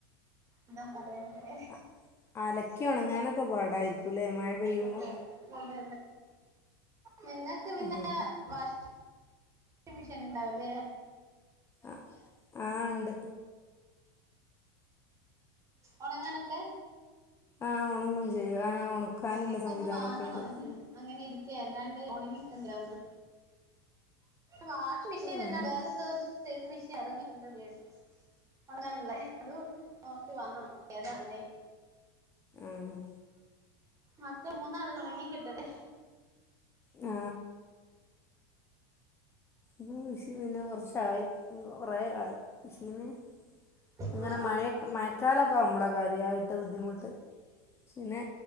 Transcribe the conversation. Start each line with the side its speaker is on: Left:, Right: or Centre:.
Right: എന്താ പറയണ്ടേ
Left: അ അലക്കി ഉണങ്ങാനൊക്കെ പാടായിരിക്കൂല്ലേ മഴ പെയ്യുമ്പോ
Right: അതെ അതെ നിങ്ങൾക്ക് പിന്നെ
Left: ഉം
Right: വാഷിങ് വാഷിംഗ് മിഷീൻ ഉണ്ടാവല്ലേ
Left: ആ ആ ഉണ്ട്
Right: ഉണങ്ങാനൊക്കെ
Left: ആ ഉണങ്ങും ചെയ്യും ആ ഒണക്കാനുള്ള
Right: ഞങ്ങക്ക്‌
Left: സംവിധാനൊക്കെ
Right: ഒന്ന് വാങ്ങണം
Left: ഇണ്ട്
Right: അങ്ങനെ ഇരിക്ക അല്ലാണ്ട് ഉണങ്ങി കിട്ടുന്നില്ല ഒന്ന് വാഷിങ് മെഷീൻ
Left: ആഹ്
Right: അല്ല വേറെന്തോ <unintelligible> മെഷീൻ ഇറങ്ങിട്ട്ണ്ട് കേട്ട് ഉണങ്ങാനുള്ള അത് നോക്കി വാങ്ങണം ഏതാ നല്ലേ
Left: ആഹ്
Right: മൊത്തം മൂന്നാളത് ഉണങ്ങി കിട്ടണ്ടെ
Left: ആ ഇ മഷീന്ന് കൊറച്ചായി കൊറ ആയി മഷീന് അങ്ങനെ
Right: ആ ആ
Left: മഴ മഴക്കാലൊക്കെ ആവുമ്പോള കാര്യമായിട്ട് ബുദ്ധിമുട്ട് പിന്നെ